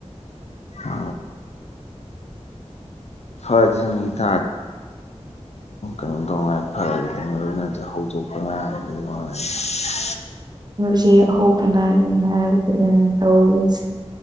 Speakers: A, on the left; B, on the right.
A: ꯑ ꯑꯗꯨꯅꯤ <unintelligible> <unintelligible> ꯗ ꯃꯔ ꯉꯇ ꯍꯧꯗꯣꯛꯄ ꯅꯥꯕ ꯑꯗꯨ ꯃꯅ <unintelligible>
B: ꯖꯤ ꯑꯍꯧꯕꯅꯥꯏ ꯉ ꯇꯋꯤꯁꯦ